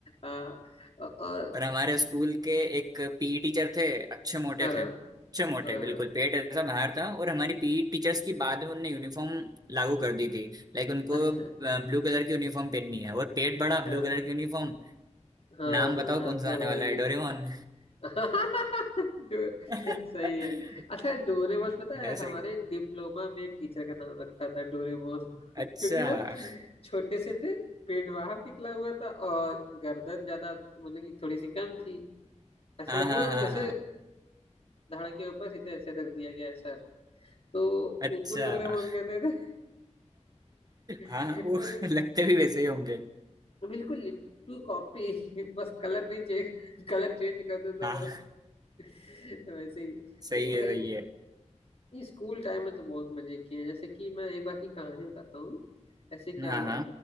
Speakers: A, on the left (about 55°); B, on the right (about 30°).
A: हाँ औ- और
B: और हमारे स्कूल के एक पीई टीचर थे अच्छे मोटे
A: हाँ हाँ
B: थे अच्छे मोटे
A: हाँ,
B: बिल्कुल पेट ऐसा बाहर था और हमारी पीई टीचर्स की बाद में उनने यूनिफॉर्म लागू कर दी थी लाइक उनको
A: अच्छा
B: ब्लू कलर की यूनिफॉर्म पहननी है और पेट बड़ा
A: हाँ
B: ब्लू कलर की यूनिफॉर्म
A: हाँ
B: नाम बताओ कौन सा
A: तो
B: आने
A: भाई
B: वाला है डोरेमोन
A: <laughs> डोर
B: <laughs>
A: सही है अच्छा डोरेमोन पता है
B: है सही
A: हमारे डिप्लोमा में एक टीचर का नाम रखा था डोरेमोन <laughs>
B: अच्छा
A: क्योंकि वो छोटे से थे पेट बाहर निकला हुआ था और गर्दन ज्यादा मतलब कि थोड़ी सी कम थी ऐसे
B: हाँ
A: लगता
B: हाँ हाँ
A: था जैसे
B: हाँ
A: धड़ के ऊपर सीधे ऐसे रख दिया गया है सर तो
B: अच्छा
A: उनको डोरेमोन
B: <laughs>
A: कहते थे <laughs>
B: हाँ हाँ, वो
A: अरे
B: लगते भी वैसे ही होंगे
A: बिल्कुल लिट्टू कॉपी बस कलर नहीं चेंज कलर चेंज कर दो तो
B: हाँ
A: बस <laughs> वैसे ही
B: सही
A: नहीं भाई
B: है सही है
A: नहीं स्कूल टाइम में तो बहुत मजे किए हैं जैसे कि मैं एक बार की कहानी बताता हूँ ऐसे क्या
B: हाँ
A: हुआ
B: हाँ